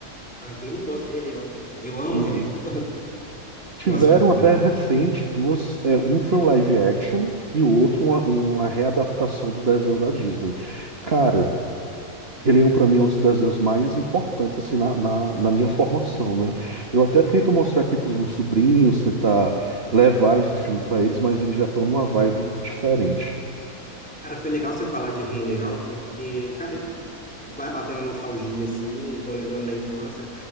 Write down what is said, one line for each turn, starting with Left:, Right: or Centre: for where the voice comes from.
Centre: Ah, quem não gosta de Rei Leão? Eu amo
Right: Uhum.
Centre: Rei Leão.
Right: Tiveram
Centre: Eu assisti também.
Right: até recente duas. é, um foi um live action e o outro uma, uma readaptação do desenho da Disney. Cara, Rei Leão pra mim é um dos desenhos mais importantes assim na, na, na minha formação, né? Eu até tento mostrar aqui pros meus sobrinhos, tentar levar esse filme pra eles, mas eles já estão numa vibe diferente.
Centre: Cara, foi legal você falar de Rei Leão, porque, cara, vai batendo nostalgia, assim, tô lembrando da infância.